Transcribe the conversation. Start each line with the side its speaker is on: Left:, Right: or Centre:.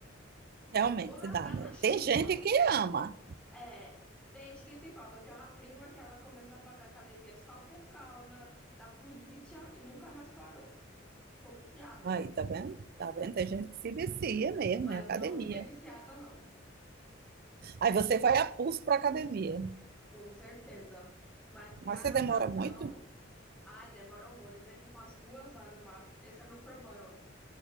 Centre: Eu
Right: Realmente
Centre: vou nadar
Right: dá, né?
Centre: na chuva.
Right: Tem gente que ama.
Centre: É, tem gente que se empolga. Eu tenho uma prima que ela começou a fazer academia só por causa da polícia e nunca mais parou. Ficou viciada.
Right: Aí, tá vendo? Tá vendo? Tem gente que se vicia mesmo
Centre: Mas
Right: em academia.
Centre: eu não fiquei viciada, não,
Right: Aí você vai a pulso para academia.
Centre: com certeza. Mas pra
Right: Mas você
Centre: natação,
Right: demora muito?
Centre: ai, demora horrores, aí fico umas duas horas lá. Esse é meu problema.